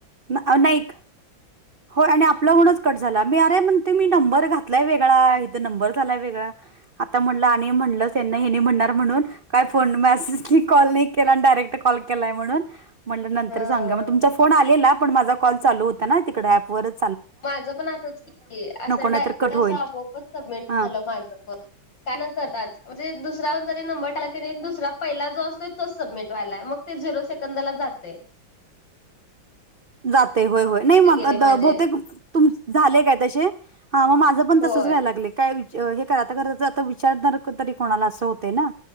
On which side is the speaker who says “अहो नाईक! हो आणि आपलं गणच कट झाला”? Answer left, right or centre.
Right